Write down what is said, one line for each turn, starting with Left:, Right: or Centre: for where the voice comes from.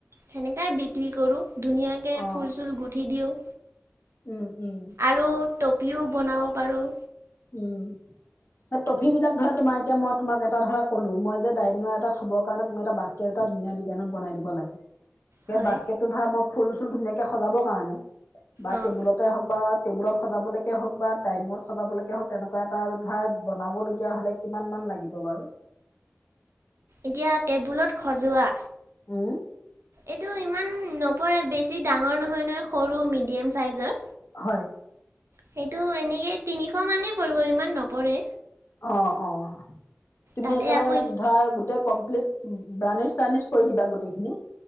Right: সেনেকাই বিক্ৰী কৰোঁ, ধুনীয়াকে
Left: অ
Right: ফুল-চুল গুঠি দিওঁ।
Left: উম' উম'।
Right: আৰু টপিও বনাব পাৰোঁ।
Left: উম', টফি বিলাক ধৰা তোমাৰ এতিয়া মই তোমাক এটা ধৰা ক'লো মই ডাইনিংত এটা থব কাৰণে তুমি এটা বাচকেট এটা ধুনীয়া ডিজাইনত বনাই দিব লাগে, সেই
Right: হয়
Left: বাচকেট টো ধৰক মই ফুল-চুল ধুনীয়াকে সজাব কাৰণে, বা
Right: অঁ
Left: টেবুলত হক বা টেবুলত সজাবলেকে হওক বা ডাইনিঙত সজাবলে হক এনেকুৱা এটা ধৰা বনাবলগীয়া হ'লে কিমান মান লাগিব বাৰু?
Right: এতিয়া টেবুলত ষজোৱা
Left: উম্
Right: এইটো ইমান নপৰে বেছি ডাঙৰ নহয় নহয় সৰু মিডিয়াম চাইজৰ।
Left: হয়।
Right: সেইটো এনেকে তিনিশ মানেই পৰিব ইমান নপৰে।
Left: অঁ অঁ। তুমি
Right: তাতে
Left: একেবাৰে
Right: আকৌ
Left: ধৰা গো- গোটেই কমপ্লিট ব্ৰাণিছ-চাৰ্নিচ কৰি দিবা গোটেইখিনি।